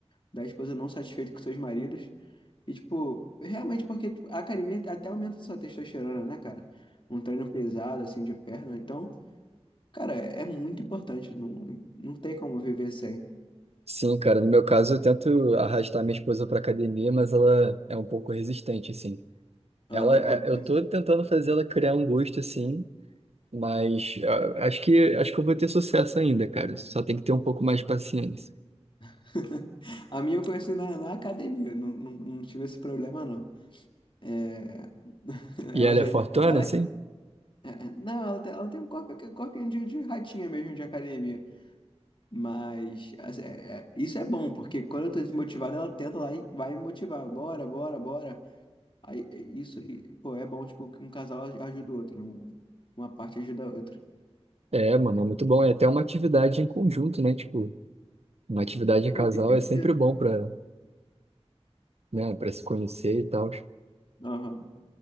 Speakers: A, on the left; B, on the right.
A: da esposa não satisfeita com seus maridos. E, tipo, realmente porque tipo, a academia até aumenta sua testosterona, né, cara? Um treino pesado, assim, de perna. Então, cara, é, é muito importante. Não, não tem como viver sem.
B: sim, cara, no meu caso eu tento arrastar minha esposa pra academia, mas ela é um pouco resistente, assim.
A: Aham,
B: Ela, é-
A: co-
B: eu tô tentando fazer ela criar um gosto, assim, mas ah, acho que, acho que eu vou ter sucesso ainda, cara. Só tem que ter um pouco mais de paciência.
A: <laughs> A minha eu conheci na, na academia. Não, não, não tive esse problema, não. É... <laughs>
B: E
A: Ela
B: ela
A: já...
B: é fortona,
A: Ela
B: assim?
A: que... é, é, Não, ela tem, ela tem um corpo, corpinho de, de ratinha mesmo de academia. Mas assim, é- é- isso é bom, porque quando eu tô desmotivado, ela tenta lá e vai me motivar. Bora, bora, bora. Aí é isso, e, pô, é bom, tipo, que um casal aj- ajuda o outro, né? um- uma parte ajuda a outra.
B: É, mano, é muito bom. É até uma atividade em conjunto, né? Tipo, uma atividade
A: Eu
B: em casal
A: não- E tem
B: é
A: que
B: sempre
A: ser.
B: bom pra, né, pra se conhecer e tal.
A: Aham,